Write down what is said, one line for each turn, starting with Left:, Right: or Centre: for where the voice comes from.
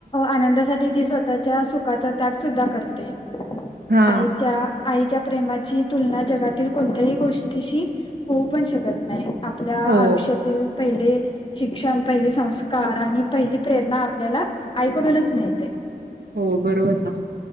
Left: आनंदासाठी ती स्वतःच्या सुख का त्याग सुद्धा करते
Right: हा
Left: आईच्या आईच्या प्रेमाची तुलना जगातील कोणत्याही गोष्टीशी होऊ पण शकत नाही. आपल्या आयुष्यातील
Right: हो
Left: पहिले शिक्षणं पहिली संस्कार आणि पहिली प्रेरणा आपल्याला आईकडून चं मिळते
Right: हो बरोबर नां